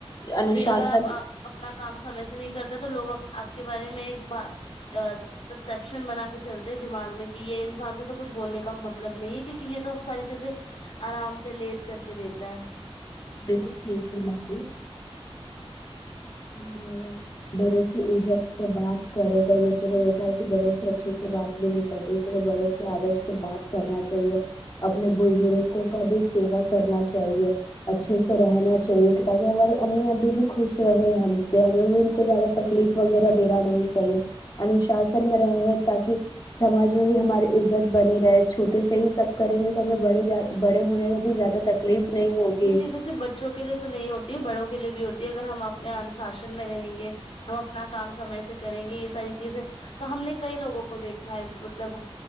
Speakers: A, on the left; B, on the left.
A: انوشاسن
B: جی اگر آپ آ اپنا کام سمے سے نہیں کرتے تو لوگ آپ کے بارے میں ایک بات ا پرسپشن بنا کے چلتے دماغ میں کہ یہ انسان سے تو کچھ بولنے کا مطلب نہیں ہے کیونکہ یہ تو ساری چیزیں آرام سے لیٹ کر کے دیتا ہے
A: بالکل صحیح فرما رہی ہے بڑے سے عزت سے بات کرے کئی بچوں کو دیکھا ہے کہ بڑے سے اچھے سے بات بھی نہیں اتنے بڑے سے آدر سے بات کرنا چاہیے اپنے بزرگوں کا بھی سیوا کرنا چاہیے اچھے سے رہنا چاہیے تاکہ ہماری امی ابو بھی خوش رہے ہم ہم بھی ان کو زیادہ تکلیف
B: جی
A: وغیرہ دینا نہیں چاہیے انوشاسن میں رہے تاکہ سماج میں بھی ہماری عزت بنی رہے چھوٹے سے ہی سب کریں گے کہ ہمیں بڑے ج بڑے ہونے میں زیادہ تکلیف نہیں ہوگی
B: تو صرف بچوں کے لیے تو نہیں ہوتی ہے بڑوں کے لیے بھی ہوتی ہے اگر ہم اپنے انوشاسن میں رہیں گے ہم اپنا کام سمے سے کریں گے یہ ساری چیزیں کا ہم نے کئی لوگوں کو دیکھا ہے مطلب